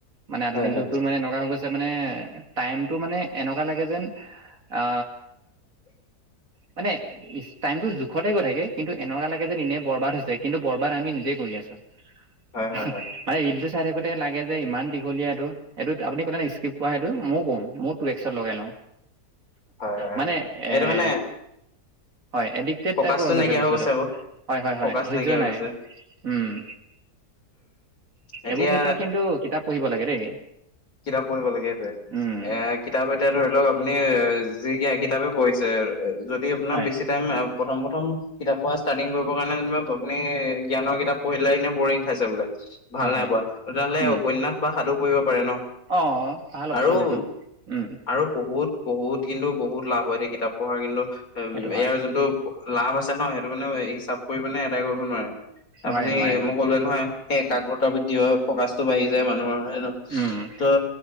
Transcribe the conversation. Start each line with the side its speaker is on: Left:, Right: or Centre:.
Right: মানে আধুনিক
Left: হয় হয়
Right: যুগতো মানে এনেকুৱা হৈ গৈছে মানে টাইমটো মানে এনেকুৱা লাগে যেন আ মানে ই টাইম টো জোখতে গৈ থাকে কিন্তু এনেকুৱা লাগে যেন ইনে বৰবাদ হৈছে কিন্তু বৰবাদ আমি নিজে কৰি আছো। <unintelligible>
Left: হয়, হয়, হয়।
Right: <unintelligible> ৰীলটো চাই থাকোতে লাগে যে ইমান দীঘলীয়া এইটো। এইটোত আপুনি কলেনে স্কিপ কৰা হেইটো মইও কওঁ মোৰ টু এক্সত লগাই লওঁ।
Left: হয় হয়
Right: মানে
Left: হয়
Right: এ'
Left: এইটো মানে
Right: হয় এদিক টেপ
Left: ফকাচটো
Right: টাইপৰ হৈ গৈছে
Left: নাইকিয়া
Right: বস্তুটো
Left: আকৌ
Right: হয় হয় হয়
Left: ফকাচ
Right: ধৈৰ্য্য
Left: নাইকিয়া হৈ
Right: নাই
Left: গৈছে
Right: উম,
Left: এতিয়া
Right: এইবোৰ ক্ষেত্ৰত কিন্তু কিতাপ পঢ়িব লাগে দেই।
Left: কিতাপ পঢ়িব লাগে হেইটুৱে
Right: উম
Left: এ কিতাপ এতিয়া ধৰি লওঁক আপুনি যি কি কিতাপে পঢ়িছে যদি আপোনাৰ
Right: হয়
Left: বেছি প্ৰথম প্ৰথম কিতাপ পঢ়া ষ্টাৰ্টিং কৰিব কাৰণে যেনিবা আপুনি জ্ঞানৰ কিতাপ পঢ়িলৈ কিনে বৰিং খাইছে বোলে ভাল
Right: হয় হয়
Left: নাই পোৱা তেতিয়াহলে
Right: উম
Left: উপন্যাস বা সাধু পঢ়িব পাৰে ন?
Right: অ', ভাল অপচন
Left: আৰু শুন
Right: এইটো উম
Left: আৰু বহুত বহুত কিন্তু বহুত লাভ হয় দেই কিতাপ পঢ়াৰ কিন্তু
Right: সেইটো হয়
Left: ইয়াৰ যোনটো লাভ আছে নহ সেইটো মানে হিচাপ কৰি মানে এদাই কৰিব নোৱাৰে
Right: নোৱাৰে
Left: আপুনি
Right: নোৱাৰে নোৱাৰে
Left: মই কলোৱে নহয়। সেই একাগ্ৰতা বৃদ্ধি হয় ফকাচটো বাঢ়ি যায় মানুহৰ হয় ন
Right: উম,
Left: ত